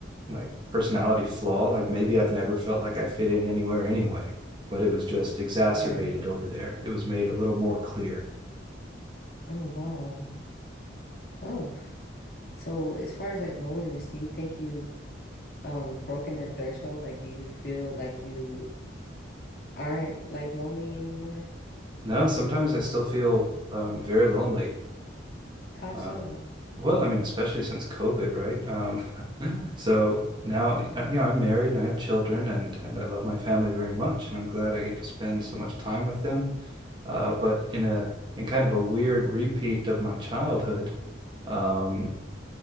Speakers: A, on the right (about 25°); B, on the left (about 55°).
A: like personality flaw, like maybe I've never felt like I fit in anywhere anyway, but it was just exacerbated
B: Right.
A: over there. It was made a little more clear.
B: Oh, wow. Oh. So as far as like loneliness, do you think you um broken that threshold? Like, do you feel like you aren't like lonely anymore?
A: No, sometimes I still feel um very lonely.
B: How
A: Um,
B: so?
A: well, I mean, especially since COVID, right? Um, <laughs> so now, uh, you know, I'm married and I have children and and I love my family very much, and I'm glad I get to spend so much time with them. Uh, but in a in kind of a weird repeat of my childhood, um,